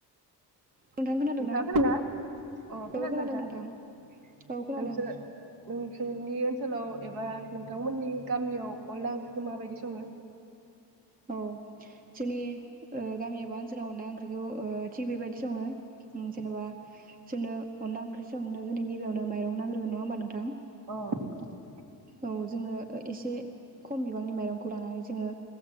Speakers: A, on the right; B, on the right.
A: नोंथां खोनादोंना
B: नोंथाङा खोनादना अ खोनादों
A: औ
B: नोंथा।
A: नोंथां औ खोनादों
B: नोंसोर- नोंसोरनि ओनसोलाव एबा नोंथांमोननि गामियाव अनला ओंख्रिखौ माबायदि सङो?
A: औ जोंनि ओ गामि एबा ओनसोलाव ना ओंख्रिखौ ओ थिग बेबायदि सङो‌ जेनेबा जोनो अनला ओंख्रि संनो गिबियावनो जोंनो माइरं नांग्रोगोन नङा होनबा नोंथां?
B: अ नंगौ।
A: औ जोङो एसे खम बिबांनि माइरंखौ लानानै जोङो